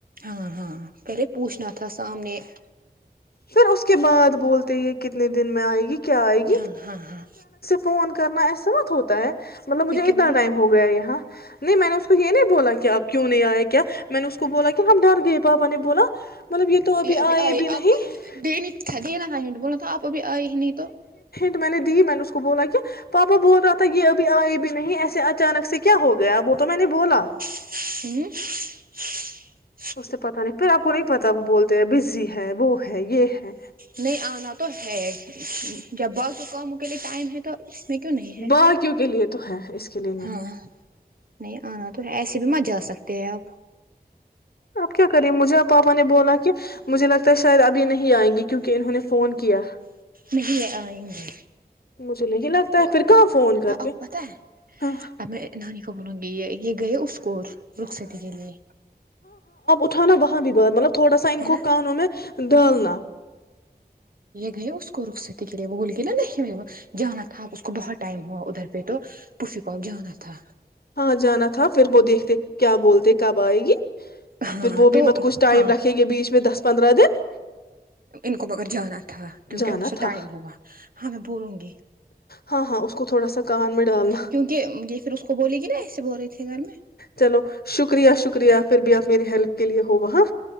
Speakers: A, on the right (about 60°); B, on the left (about 65°).
A: ہاں ہاں پہلے پوچھنا تھا سامنے <unintelligible>
B: پھر اس کے بعد بولتے یہ کتنے دن میں آئے گی کیا آئے گ
A: ہاں ہاں ہاں
B: فون کرنا ایسا مت ہوتا ہے مطلب مجھے
A: پھر کیا
B: اتنا
A: بولا
B: ٹائم ہو گیا یہاں نہیں میں نے اس کو یہ نہیں بولا کہ آپ کیوں نہیں آئے کیا میں نے اس کو بولا کہ ہم ڈر گئے پاپا نے بولا مطلب یہ تو اب بھی
A: ابھی
B: آئی
A: آئے
B: بھی نہیں
A: آپ
B: ہی
A: کو دینی تھا دینا تھا بوللا تھا آپ ابھی آئے ہی نہیں تو
B: تو میں نے دی میں نے اس کو بولا کہ پاپا بول رہا تھا یہ ابھی آئے بھی نہیں ایسے اچانک سے کیا ہو گیا وہ تو میں نے بولا
A: ہوں
B: اس سے پتا نہیں پھر آپ کو نہیں پتا وہ بولتے ہیں بزی ہے وہ ہے یہ ہے
A: نہیں آنا تو ہے بہت کم کے لیے ٹائم ہے تو اس میں کیوں نہیں ہے
B: باقیوں کے لیے تو ہے اس کے لیے نہیں
A: ہاں نہیں آنا تو ایسے بھی مت جا سکتے ہیں آپ
B: اب کیا کریے مجھے آ پاپا نے بولا کہ مجھے لگتا ہے شاید ابھی نہیں آئیں گے کیونکہ انہوں نے فون کیا
A: نہیں آئیں گے
B: مجھے نہیں لگتا
A: دیکھو
B: ہے پھر
A: آپ
B: کہاں فون کر
A: آپ
B: کے
A: کو پت ہے
B: ہاں
A: ا نانی کو گی یہ گئے کوور رخصتی کے لیے
B: ا نا وہاں بھی بہتطلب تھوڑا سا ان
A: ہے
B: کوو
A: نا
B: کا ا انو میں دالناہ
A: گ اس کوک رق س سے ت کے لیے بول کےی نہ نہیں میرے جانا تھا اب اس کو بہت ٹائم ہوا ادھر پہ تو پفی کوپ جانا تھا
B: ہاں جانا تھا پھر وہ دیکھتے کیا بولتے کب آئے گی
A: ہاں
B: پھر وہ بھی
A: تو
B: مت کچھ ٹائم
A: ہاں
B: رکھیں گے بیچ میں دس پندرہ دن
A: ان کو بغگر جانا تھا تھا کیونکہ
B: جانا
A: اب سے
B: تھا
A: ٹائم ہوگا ہاں میں بولوں گی
B: ہاں ہاں اس کو تھوڑا سا کان میں ڈالنا
A: کیونکہ یہ پھر اس کو بولے گی نا ایسے بول رہے تھے گھر میں
B: چلو شکریہ شکریہ پھر بھی آپ مری ہیلپ کے لیے ہو وہ ہاں